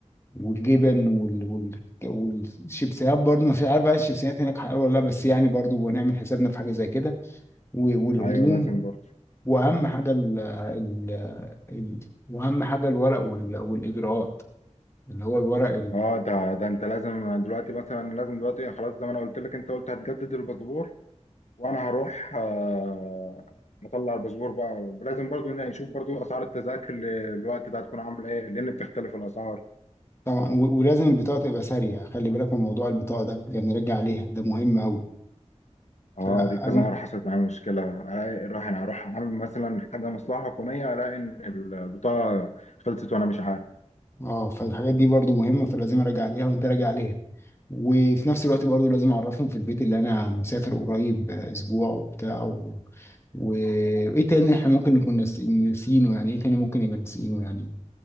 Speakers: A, on the left (about 20°); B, on the left (about 70°).
A: والجبن وال... وال... والشيبسيهات برضو ما في عارف بقى الشيبسيهات هناك حلوه ولا لا بس يعني برضو هنعمل حسابنا في حاجه زي كده و... والهدوم
B: ايوه لازم برضو
A: واهم حاجه ال... ال... ال... واهم حاجه الورق وال... والاجراءات اللي هو الورق
B: اه ده ده انت لازم دلوقتي مثلا لازم دلوقتي خلاص زي ما انا قلت لك انت قلت هتجدد الباسبور وانا هروح آه، مطلع الباسبور بقى لازم برضو يعني نشوف برضو اسعار التذاكر ل- الوقت ده هتكون عامله ايه لان بتختلف الاسعار
A: طبعا و- ولازم البطاقة تبقى سارية خلي بالك من موضوع البطاقة ده يعني نرجع عليها ده مهم أوي
B: اه
A: فأنا
B: دي كذا مره حصلت معايا مشكله الاقي اروح انا اروح اعمل مثلا حاجه مصلحه حكوميه الاقي ان البطاقه خلصت وانا مش عارف
A: اه فالحاجات دي برضو مهمة فلازم أراجع عليها وأنت راجع عليها وفي نفس الوقت برضو لازم أعرفهم في البيت اللي أنا مسافر قريب آه، أسبوع وبتاع و... و... وإيه تاني إحنا ممكن نكون ناس- ناسينه يعني إيه تاني ممكن يبقى ناسينه يعني